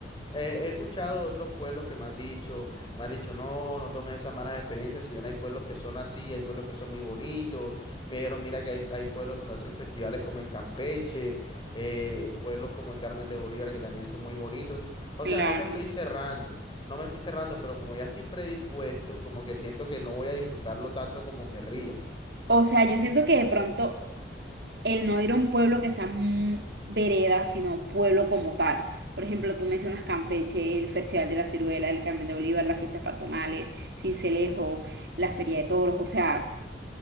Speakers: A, on the left; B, on the right.
A: he he escuchado otros pueblos que me han dicho, me han dicho, no, no tomes esas malas experiencias, si bien hay pueblos que son así, hay pueblos que son muy bonitos, me dijeron, mira que hay, hay pueblos donde hacen festivales como en Campeche, eh, pueblos como el Carmen de Bolívar que también son muy bonitos, o
B: Claro.
A: sea, no me estoy cerrando, no me estoy cerrando, pero como ya estoy predispuesto, como que siento que no voy a disfrutarlo tanto como querría.
B: O sea, yo siento que de pronto el no ir a un pueblo que sea mm, vereda, sino pueblo como tal. Por ejemplo, tú mencionas Campeche, el Festival de la Ciruela, el Carmen de Bolívar, las fiestas patronales, Sincelejo, la Feria de Toros. O sea,